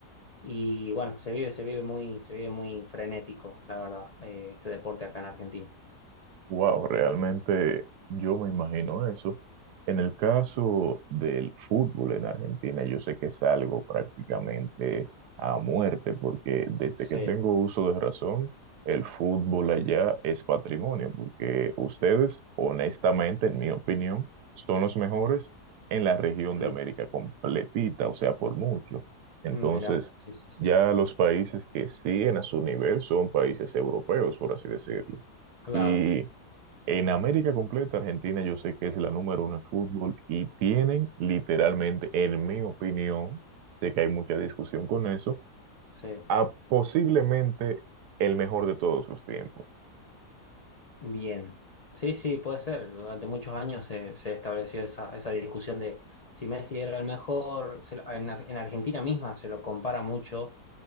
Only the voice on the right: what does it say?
Wow, realmente yo me imagino eso. En el caso del fútbol en Argentina, yo sé que es algo prácticamente a muerte, porque desde
que tengo uso de razón, el fútbol allá es patrimonio, porque ustedes, honestamente, en mi opinión, son los mejores en la región
de América completita, o sea, por mucho. Entonces,
ya los países que siguen a su nivel son países europeos, por así decirlo.
Y en América completa, Argentina yo sé que es la número uno en fútbol y tienen literalmente, en mi opinión, sé que hay mucha discusión con eso,
a posiblemente el mejor de todos los tiempos.